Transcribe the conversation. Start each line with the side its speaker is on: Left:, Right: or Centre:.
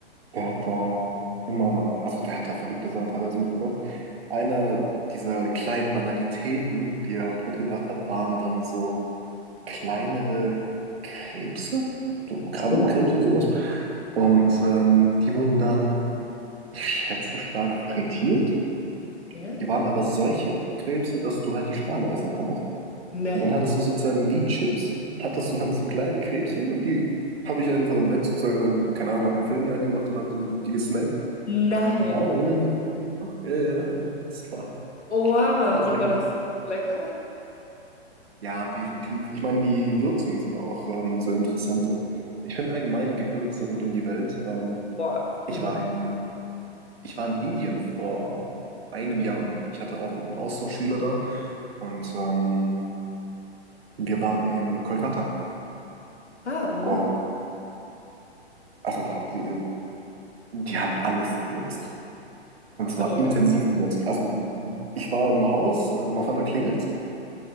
Right: der hat da immer, also der hat da verrückte Sachen teilweise mitgebracht. Eine dieser kleinen Banalitäten, die er halt mitgebracht hat, waren dann so kleinere Krebse, so Krabbenkrebse,
Left: Oh,
Right: sowas. Und ähm, die wurden dann, ich schätze, stark frittiert.
Left: okay.
Right: Die waren aber solche Krebse, dass du halt die Schale essen konntest.
Left: Ne.
Right: Und dann hattest du sozusagen wie Chips, hattest du dann so kleine Krebschen und die habe ich einfach im Bett sozusagen dann, keine Ahnung, habe einen Film hier angemacht und habe die gesnackt.
Left: Nein.
Right: Daran erinnere ich mich tatsächlich noch. Ja, ja, ja. das war
Left: Oh, wow.
Right: tatsächlich.
Left: Und war das lecker?
Right: Ja, definitiv. Ich meine, die Würzungen sind auch ähm, sehr interessant. Ich finde allgemein Gewürze rund um die Welt. Ähm,
Left: Boah.
Right: ich
Left: Hm.
Right: war in, ich war in Indien vor einem Jahr. Ich hatte auch einen Austauschschüler da und ähm, Wir waren in Kolkata
Left: Ah, mhm.
Right: und also war- die, die haben alles gewürzt. Und
Left: glaube
Right: zwar intensiv
Left: ich.
Right: gewürzt. Also ich war im Haus, ähm, auf einmal klingelt,